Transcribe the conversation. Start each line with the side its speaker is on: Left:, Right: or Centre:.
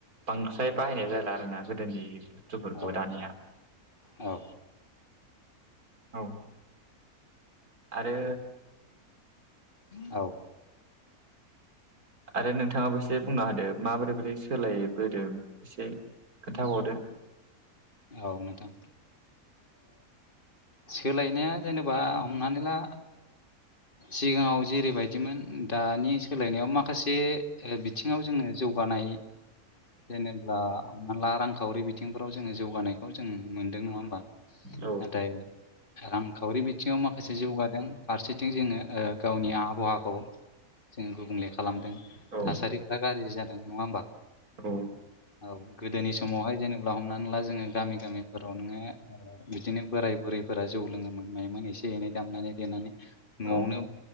Right: बांद्राय बाहायनाय जाला आरोना गोदोनि बुस्थुफोरखौ
Left: औ
Right: दानिया
Left: औ ओ
Right: औ आरो
Left: औ
Right: आरो नोंथाङाबो एसे बुंना होदो माबोरै बोरै सोलायबोदों एसे खोन्थाहरो
Left: औ नोंथां। सोलायनाया जेनेबा हमनानै ला सिगाङाव जेरैबायदिमोन दानि सोलायनायाव माखासे बिथिङाव जोङो जौगानाय जेनेब्ला हम ला रांखावरि बिदि बिथिंफ्राव जोङो जौगानायखौ जों मोनदों नङा हबा
Right: औ
Left: नाथाय रांखावरि बिथिङाव माखासे जौगादों फारसेथिं जोङो गावनि आहाबावाखौ जोङो गुबुंले खालामदों।
Right: औ
Left: थासारिफ्रा गाज्रि जादों नङा हबा
Right: औ
Left: औ गोदोनि समावहाय जेनेबा हमनानै ला जोङो गामि गामिफोराव नोङो बिदिनो बोराय बुरै फोरा जौ लोङोमोन मायोममोन एसे एनै दामनानै देनानै न'आवनो
Right: औ